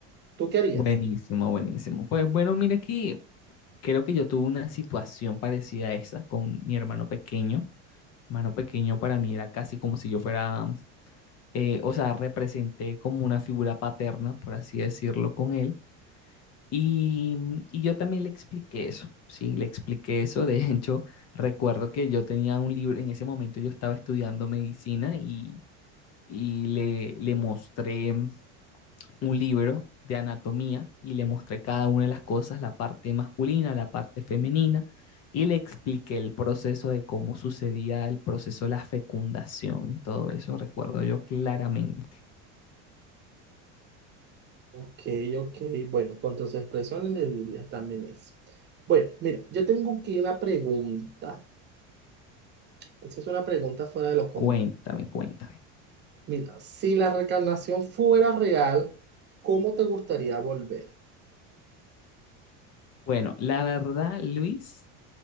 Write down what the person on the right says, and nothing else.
¿Tú qué harías?
Ok, ok. Bueno, con tus expresiones les dirías también eso. Bueno, mira, yo tengo aquí una pregunta. Esa es una pregunta fuera de lo común.
Mira, si la reencarnación fuera real, ¿cómo te gustaría volver?